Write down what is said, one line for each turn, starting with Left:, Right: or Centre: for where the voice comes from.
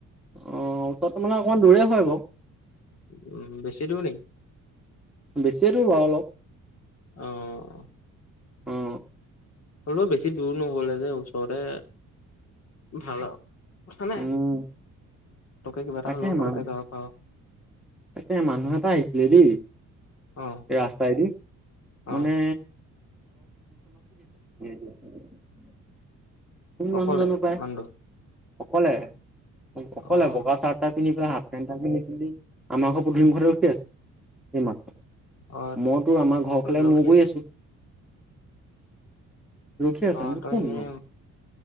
Centre: অহ ওচৰতে মানে অকণমান দূৰে হয় বাৰু-
Left: উম, বেছি দূৰ নেকি?
Centre: বেছিয়ে বাৰু অলপ
Left: অহ।
Centre: অহ।
Left: হলেও বেছি দূৰ নহলে যে ওচৰৰে ভাল আৰু হয় নে?
Centre: উম
Left: কিবা এটা
Centre: তাকেহে
Left: হলেও ফটকে
Centre: মানুহ
Left: যাব পাওঁ।
Centre: তাকে মানুহ এটা আহিছিলে দেই
Left: অ',
Centre: এই ৰাস্তাইদি মানে
Left: অ',
Centre: <unintelligible> কোন
Left: অকলে
Centre: মানুহ জানো পাই
Left: মানুহটো
Centre: অকলে অকলে
Left: অ',
Centre: বগা চাহ তা পিন্ধি পেলাই হাফ পেণ্ট এটা পিন্ধি পেলি আমাৰ ঘৰৰ পধূলি মূখোট ৰখি আছে এইমাত্ৰ
Left: অ',
Centre: মইতো আমাৰ ঘৰৰ ফালে
Left: ৰখি
Centre: মূৰ কৰি আছোঁ। ৰখি আছে
Left: অ
Centre: বোলো
Left: ত
Centre: কোননো
Left: এনে